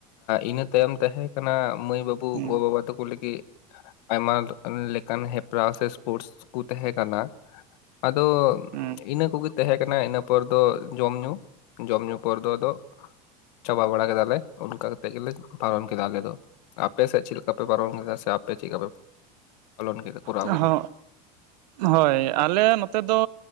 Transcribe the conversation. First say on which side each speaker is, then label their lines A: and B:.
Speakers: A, on the left (about 75°); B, on the right (about 80°).
A: ᱤᱱᱟᱹ ᱛᱟᱭᱚᱢ ᱛᱟᱦᱮᱸ ᱠᱟᱱᱟ ᱢᱟᱹᱭ ᱵᱟᱹᱵᱩ
B: ᱦᱩᱸ
A: ᱩᱱᱠᱩ ᱜᱳᱵᱟᱵᱟ ᱠᱚ ᱞᱟᱹᱜᱤᱫ ᱟᱭᱢᱟ ᱞᱮᱠᱟᱱ ᱦᱮᱯᱨᱟᱣ ᱥᱮ ᱥᱯᱳᱨᱴᱥ ᱠᱚ ᱛᱟᱦᱮᱸ ᱠᱟᱱᱟ ᱟᱫᱚ
B: ᱦᱩᱸ
A: ᱤᱱᱟᱹ ᱠᱚᱜᱮ ᱛᱟᱦᱮᱸ ᱠᱟᱱᱟ ᱚᱱᱟ ᱤᱱᱟᱹ ᱯᱚᱨ ᱫᱚ ᱡᱚᱢ ᱧᱩ ᱡᱚᱢ ᱧᱩ ᱯᱚᱨ ᱫᱚ ᱟᱫᱚ ᱪᱟᱵᱟ ᱵᱟᱲᱟ ᱠᱮᱫᱟ ᱞᱮ ᱚᱱᱠᱟ ᱠᱟᱛᱮ ᱜᱮᱞᱮ ᱯᱟᱨᱚᱢ ᱠᱮᱫᱟ ᱟᱞᱮ ᱫᱚ ᱾ ᱟᱯᱮ ᱥᱮᱫ ᱪᱮᱫ ᱞᱮᱠᱟ ᱯᱮ ᱯᱟᱨᱚᱢ ᱠᱮᱫᱟ ᱥᱮ ᱟᱯᱮ ᱪᱮᱫ ᱞᱮᱠᱟ ᱯᱮ ᱯᱟᱞᱚᱱ ᱠᱮᱫᱟ ᱠᱚᱨᱟᱣ
B: ᱦᱚᱸ
A: ᱠᱮᱫᱟ
B: ᱦᱳᱭ ᱟᱞᱮ ᱱᱚᱛᱮ ᱫᱚ